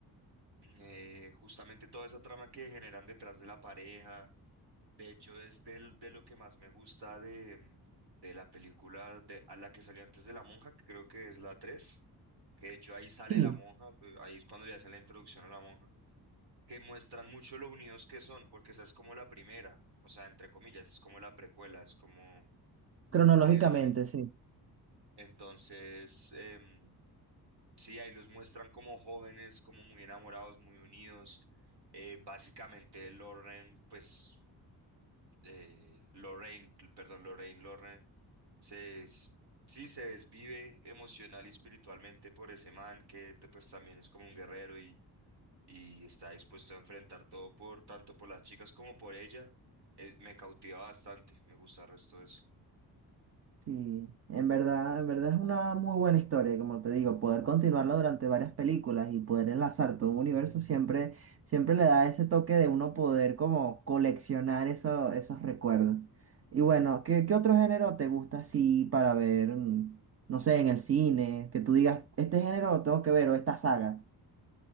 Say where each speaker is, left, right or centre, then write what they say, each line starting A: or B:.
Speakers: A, on the right; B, on the right.
A: eh, justamente toda esa trama que generan detrás de la pareja, de hecho es del, de lo que más me gusta de, mm, de la película de, a la que salió antes de La Monja, que creo que es la tres que de hecho ahí sale
B: Sí,
A: la monja, pues, ahí es cuando le hacen la introducción a la monja. que muestran mucho lo unidos que son, porque esa es como la primera, o sea, entre comillas, es como la precuela, es como,
B: cronológicamente,
A: em,
B: sí.
A: entonces, em, sí, ahí los muestran como jóvenes, como muy enamorados, muy unidos. Eh, básicamente, Lauren, pues, eh, Lorraine, perdón, Lorraine, Lauren, se, s- sí, se desvive emocional y espiritualmente por ese man que te- pues también es como un guerrero y está dispuesto a enfrentar todo por tanto por las chicas como por ella. eh, me cautiva bastante, me gusta el resto de eso.
B: Sí, en verdad, en verdad es una muy buena historia, como te digo, poder continuarla durante varias películas y poder enlazar todo un universo siempre, siempre le da ese toque de uno poder como coleccionar eso- esos recuerdos. Y bueno, ¿qué, qué otro género te gusta así para ver, mm, no sé, en el cine, que tú digas, este género lo tengo que ver o esta saga?